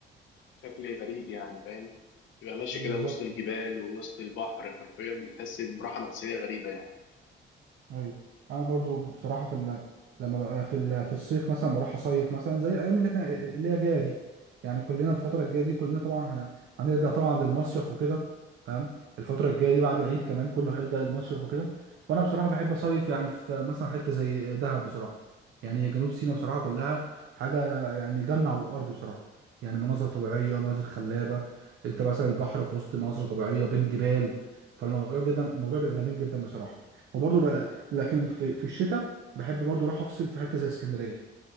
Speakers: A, on the left; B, on the right.
A: شكل غريب يعني فاهم تبقى ماشي
B: بالظبط
A: كده وسط الجبال ووسط البحر حرفيا بتحس براحه نفسيه غريبه يعني
B: ايوه انا برضو بصراحه في ال... لما ببقى في ال... في الصيف مثلا بروح اصيف مثلا زي الايام اللي احنا اللي هي جايه دي يعني كلنا الفتره الجايه دي كلنا طبعا هن... هنرجع طبعا للمصيف وكده تمام الفتره الجايه دي بعد العيد كمان كله هيلجأ للمصيف وكده فانا بصراحه بحب اصيف يعني في مثلا حته زي دهب بصراحه يعني هي جنوب سيناء بصراحه كلها حاجه يعني جنه على الارض بصراحه يعني مناظر طبيعيه ومناظر خلابه انت مثلا البحر في وسط مناظر طبيعيه بين جبال فالموضوع جدا الموضوع بيبقى جميل جدا بصراحه وبرضه لكن في في الشتاء بحب برضو اروح افصل في حته زي اسكندريه